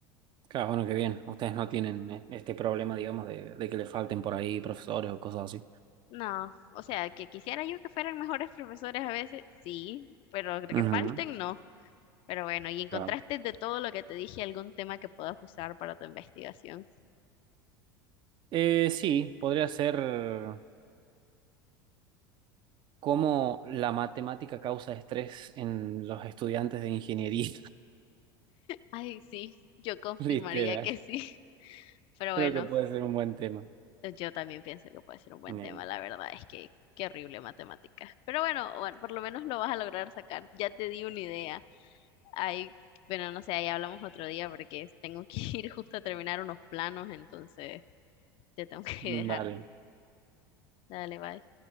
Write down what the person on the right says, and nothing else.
Claro, bueno, qué bien. Ustedes no tienen e- este problema, digamos, de, de que le falten por ahí profesores o cosas así.
Ujú,
claro.
Eh, sí, podría ser cómo la matemática causa estrés en los estudiantes de ingeniería.
<laughs> Literal.
Creo
que puede ser un buen tema.
Eh,
Dale.